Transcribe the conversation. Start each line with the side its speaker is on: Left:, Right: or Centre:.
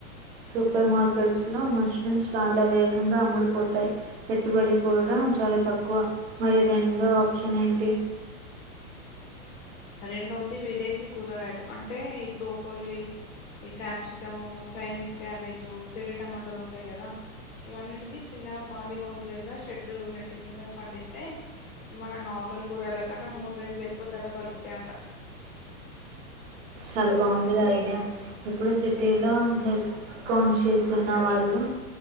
Right: సూపర్ మార్కెట్స్లో మష్రూమ్స్ చాలా వేగంగా అమ్ముడిపోతాయ్ పెట్టుబడి కూడా చాలా తక్కువ మరి రెండో ఆప్షన్ ఏంటి
Left: <inaudible> రెండోది విదేశీ కూరగాయలు అంటే బ్రోకోలి ఈ క్యాప్సికము చైనీస్ క్యాబేజు చెరీ టమాటాలు ఉంటాయి కదా ఇవన్నిటికి చిన్నగా పాలి హౌస్ లేదా షెడు నెట్ కింద పండిస్తే మన నార్ నార్మల్ కూరగాయల కన్నా మూడు రేట్లు ఎక్కువ ధర పలుకుతాయంటా.
Right: చాలా బాగుంది ఐడియా ఇప్పుడు సిటీలో హెల్ కాన్షియస్ ఉన్నవాళ్ళు